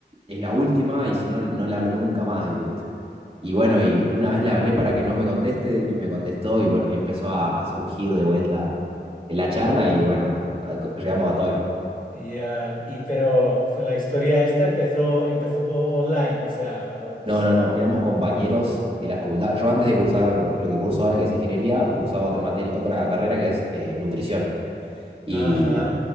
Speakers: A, on the right; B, on the left.
A: es la última y si no, no le hablo nunca más, digo, ¿viste? Y bueno, y una vez le hablé para que no me conteste y me contestó y bueno, y empezó a, a surgir de vuelta la charla y bueno, a- llegamos hasta hoy.
B: Ya, y pero fue la historia esta empezó, empezó po- online, o sea, os-
A: No, no, no, éramos compañeros de la facultad. Yo antes de cursar lo que curso ahora, que es ingeniería, cursaba otra materia, otra carrera que es eh, nutrición. Y
B: ajá,